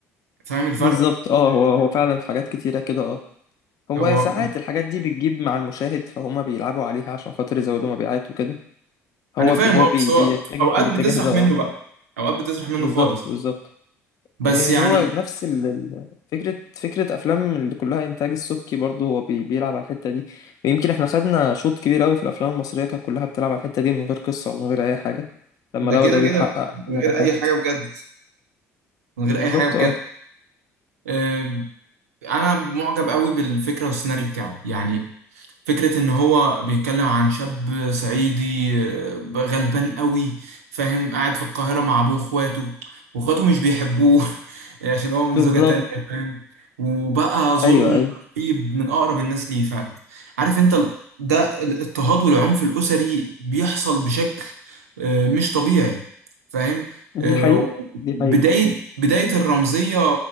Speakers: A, on the right (about 75°); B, on the left (about 50°).
A: فاهم الفرق؟
B: بالظبط اه هو هو فعلا في حاجات كتيره كده اه هو
A: هو
B: ساعات الحاجات دي بتجيب مع المشاهد فهم بيلعبوا عليها عشان خاطر يزودوا مبيعات وكده هو
A: أنا فاهم
B: بي هو
A: أه
B: بي
A: بس هو
B: بيتجه
A: أوقات
B: في الاتجاه
A: بتسرح
B: ده اه
A: منه بقى
B: يعني
A: أوقات بتسرح منه
B: بالظبط
A: خالص
B: بالظبط
A: بس
B: إيه
A: يعني
B: هو نفس ال- ال- فكرة فكرة أفلام اللي كلها إنتاج السبكي برضه هو بي بيلعب على الحتة دي ويمكن إحنا خدنا شوط كبير أوي في الأفلام المصرية كانت كلها بتلعب على الحتة دي من غير قصة ومن غير أي حاجة لما
A: ده
B: لقوا
A: كده
B: ده بيحقق
A: كده من
B: نجاحات
A: غير أي حاجة بجد من غير
B: بالظبط
A: أي حاجة بجد
B: اه
A: آه، انا معجب قوي بالفكره والسيناريو بتاعه يعني فكرة ان هو بيتكلم عن شاب صعيدي آه، غلبان قوي فاهم قاعد في القاهرة مع ابوه واخواته واخواته مش بيحبوه <laughs> عشان هو من
B: بالظبط
A: زوجة تانية فاهم وبقى ظلم
B: أيوه أيوه
A: رهيب من اقرب الناس ليه فاهم عارف انت ال- ده الاضطهاد والعنف الاسري بيحصل بشكل آه، مش طبيعي فاهم آه،
B: دي حقيقة دي
A: بداية
B: حقيقة
A: بداية الرمزية